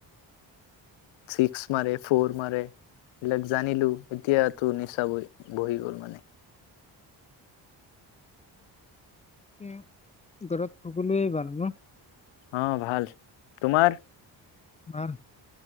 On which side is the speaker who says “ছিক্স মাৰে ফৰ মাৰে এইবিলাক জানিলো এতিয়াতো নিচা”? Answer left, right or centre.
Left